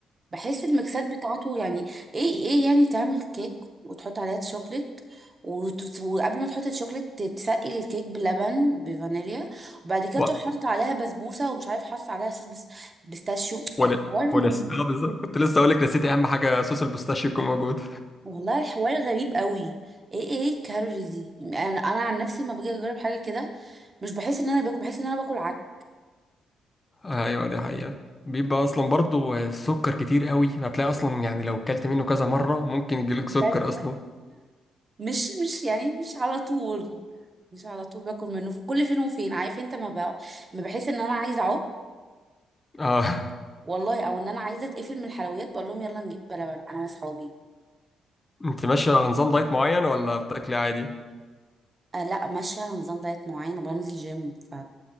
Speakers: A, on the right (about 30°); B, on the left (about 20°).
A: بحس الميكسات بتاعته يعني ايه ايه يعني تعمل كيك وتحط عليها شوكليت وت- وقبل ما تحط الشوكليت تسقي الكيك بلبن بفانيليا وبعد كده
B: و...
A: تروح حاطط عليها بسبوسه ومش عارف حاطط عليها صوص بس- بيستاشيو
B: ولا
A: الحوار
B: ولسه
A: ممل
B: اه بالظبط كنت لسه اقول لك نسيت اهم حاجه صوص البستاشيو يكون موجود
A: والله الحوار غريب قوي ايه ايه الكالوريز دي انا انا عن نفسي ما باجي اجرب حاجه كده مش بحس ان انا باكل بحس ان انا باكل عك
B: ايوه دي حقيقه بيبقى اصلا برضو السكر كتير قوي هتلاقي اصلا يعني لو كلت منه كذا مره ممكن يجيلك
A: بجد
B: سكر اصلا
A: مش مش يعني مش على طول مش على طول باكل منه في كل فين وفين عارف انت ما بقى ما بحس ان انا عايزه اعك
B: اه
A: والله او ان انا عايزه اتقفل من الحلويات بقول لهم يلا نجيب بلبن انا واصحابي
B: انت ماشية على نظام دايت معين ولا بتاكلي عادي؟
A: أه لا ماشيه على نظام دايت معين وبنزل جيم ف